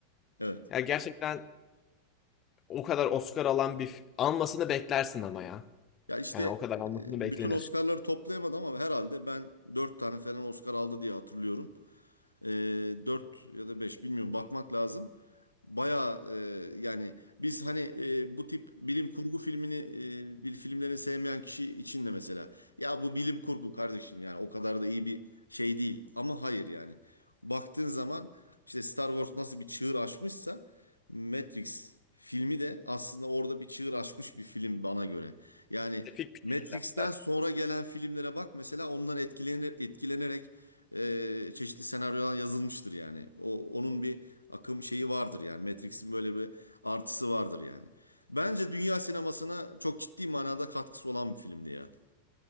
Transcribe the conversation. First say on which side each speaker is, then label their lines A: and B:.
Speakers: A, on the left; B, on the left.
A: Evet.
B: Ya gerçekten o kadar Oscar alan bir almasını beklersin ama ya.
A: Ya işte
B: Yani o kadar almasını
A: e,
B: beklenir.
A: bütün Oscar'ları toplayamadı ama herhalde ben 4 tane falan Oscar aldı diye hatırlıyorum. E, 4 ya da 5 bilmiyorum bakmak lazım. Bayağı e, yani biz hani e, bu tip bilim kurgu filmini e, bil- filmlerini sevmeyen kişi için de mesela ya bu bilim kurgu kardeşim yani o kadar da iyi bir şey değil ama hayır yani baktığın zaman işte Star Wars nasıl bir çığır açmışsa Matrix filmi de aslında orada bir çığır açmış bir film bana göre. Yani
B: Spesifik bir şekilde.
A: Matrix'ten sonra gelen filmlere bak mesela ondan etkilenir, etkilenerek e, çeşitli senaryolar yazılmıştır yani. O onun bir akım şeyi vardır yani. Matrix'in böyle bir artısı vardır yani. Bence dünya sinemasına çok ciddi manada katkısı olan bir filmdi ya.